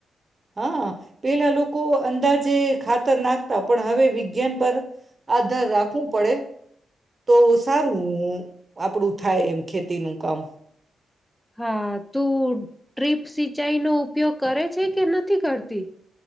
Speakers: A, on the right (about 25°); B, in the centre.
A: હા પેલા લોકો અંદાજે ખાતર નાખતા, પણ હવે વિજ્ઞાન પર. આધાર રાખવું પડે. તો સારું આપડું થાય એમ ખેતીની. કમ.
B: હા તું ટ્રીપ સિંચાઈ નો ઉપયોગ કરે છે કે નથી કરતી?